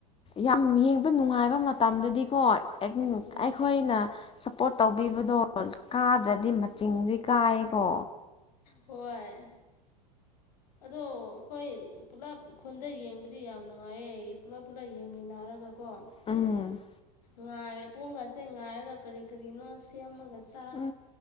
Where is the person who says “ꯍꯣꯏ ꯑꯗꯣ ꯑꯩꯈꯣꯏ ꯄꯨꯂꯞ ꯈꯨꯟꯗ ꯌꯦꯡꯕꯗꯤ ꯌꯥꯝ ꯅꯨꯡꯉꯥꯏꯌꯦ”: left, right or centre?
Left